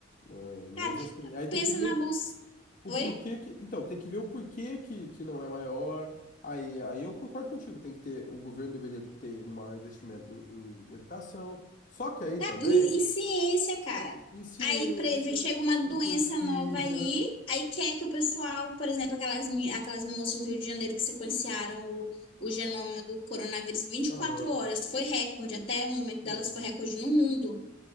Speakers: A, on the left; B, on the left.
A: É, mas
B: Cara,
A: assim, aí tem
B: pensa
A: que ver
B: na bolsa.
A: o
B: Oi?
A: porquê que. Então, tem que ver o porquê que, que não é maior. Aí, aí eu concordo contigo, tem que ter. O governo deveria ter um maior investimento em, em educação. Só que aí
B: Cara,
A: também,
B: E, e ciência, cara.
A: em ciência,
B: Aí preve, chega uma
A: em
B: doença
A: pesquisa.
B: nova aí, aí quer que o pessoal, por exemplo, aquelas, meni- aquelas moças do Rio de Janeiro que sequenciaram o, o genoma do coronavírus em vinte
A: Aham,
B: e quatro horas, foi recorde, até o momento
A: foi.
B: delas foi recorde no mundo.